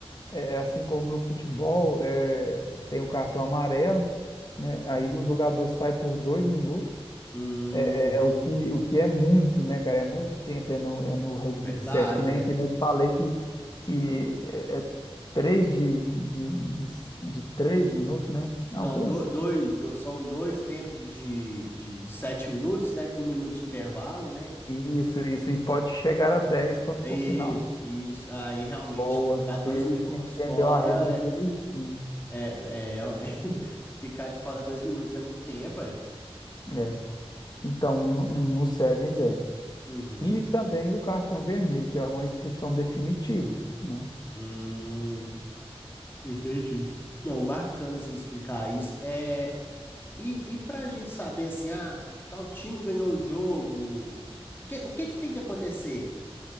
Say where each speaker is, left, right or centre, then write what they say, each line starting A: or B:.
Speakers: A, on the left; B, on the left.
A: É, é assim como no futebol, é, tem o cartão amarelo, né? Aí o jogador sai por dois minutos.
B: Hum,
A: É, é- é o que, o que é muito, né, cara? É muito tempo, é no, é no rugby
B: verdade,
A: de sete, que nem,
B: né?
A: que nem eu te falei que, que é, é três de, de, de, de três minutos, né? Não,
B: Não,
A: três
B: do-
A: sim.
B: dois, do- são dois tempos de, de, de sete minutos, né, com um minuto de intervalo, né?
A: Isso, isso, e pode chegar a 10 quando
B: É
A: for
B: isso,
A: final.
B: isso. Aí realmente
A: Boa,
B: do- ficar
A: você
B: dois minutos
A: entendeu
B: fora
A: a regra
B: é,
A: direitinho.
B: é, é, é, ué. <laughs> Ficar de fora dois minutos é muito tempo, ué.
A: É. Então, no, no Sevens é.
B: Uhum.
A: E também o cartão vermelho, que é uma expulsão definitiva, né?
B: Hum, entendi. Não, bacana você explicar isso. É, e, e pra gente saber assim, ah, tal time ganhou o jogo. O que, o que que tem que acontecer?